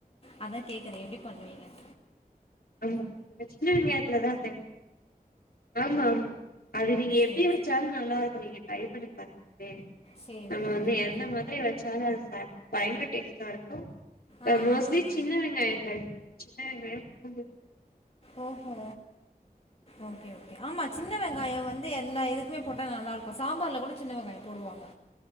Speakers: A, on the left (about 40°); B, on the left (about 80°).
A: அத்தா கேக்குறே எப்டி பண்ணுவீங்கன்னு
B: ஆமா அந்த சின்ன வெங்காயத்துலதா சென் ஆமா ஆமா அது நீங்க
A: சேரி
B: எப்டி வெச்சாலு நல்லா இருக்கும் நீங்க ட்ரை பண்ணி பாருங்களே
A: சேரி
B: நம்ம
A: ஓகே
B: வந்து
A: ஓகே
B: எந்த மாதிரி வெச்சாலு அது பயங்கர டேஸ்ட்டா இருக்கும்
A: ஆ
B: மோஸ்ட்லி
A: ஆ ஆ
B: சின்ன வெங்காயம் <inaudible> சின்ன வெங்காயம் பூண்டு
A: ஓ ஓ ஓக்கே ஓக்கே ஆமா சின்ன வெங்காயம் வந்து எல்லா இதுக்குமே போட்டா நல்லாருக்கு சாம்பார்ல கூட சின்ன வெங்காயோ போடுவாங்க